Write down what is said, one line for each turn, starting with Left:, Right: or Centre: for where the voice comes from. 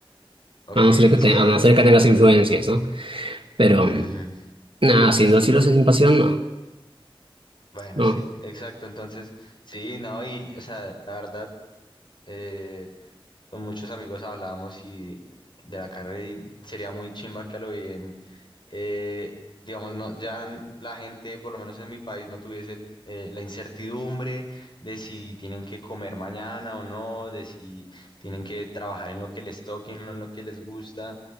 Left: Ok,
Right: A no ser que,
Left: sí.
Right: te- a no ser que tengas influencias, ¿no? Pero,
Left: ujú,
Right: nada, si, no- si lo haces sin pasión, no.
Left: Bueno,
Right: No.
Left: sí, exacto. Entonces, sí, no, y, o sea, la verdad, eh, con muchos amigos hablábamos y de la carrera y sería muy chimba que a lo bien, eh, digamos, no, ya n- la gente, por lo menos en mi país, no tuviese el- eh, la incertidumbre de si tienen que comer mañana o no, de si tienen que trabajar en lo que les toque, y no en lo que les gusta.